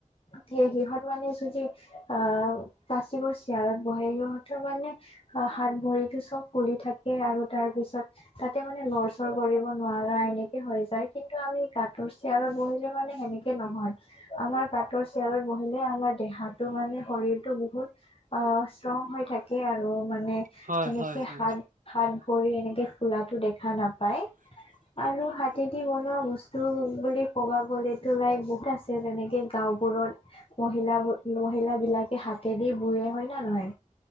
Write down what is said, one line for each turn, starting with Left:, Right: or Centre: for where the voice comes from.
Left: থে সিহঁত মানে যদি অ' প্লাষ্টিকৰ চিয়াৰত বহে সিহঁতৰ মানে হাত ভৰিটো চব ফুলি থাকে আৰু তাৰ পিছত তাতে মানে লৰচৰ কৰিব নোৱাৰা এনেকে হৈ যায়, কিন্তু আমি কাঠৰ চেয়াৰত বহিলে মানে সেনেকে নহয়, আমাৰ কাঠৰ চেয়াৰত বহিলে আমাৰ দেহাটো মানে শৰীৰটো বহুত অ' ষ্ট্ৰং হৈ থাকে আৰু মান নে
Right: হয়
Left: এনেকে
Right: হয় হয়
Left: হাত-হাত ভৰি এনেকে ফুলাটো দেখা নাপায়, আৰু হাত হাতেদি বনোৱা বস্তু বুলি ক'বা গলেতো লাইক বহুত আছে। যেনেকে গাওঁবোৰত মহিলা-মহিলা বিলাকে হাতেদি বয়ে হয়নে নহয়।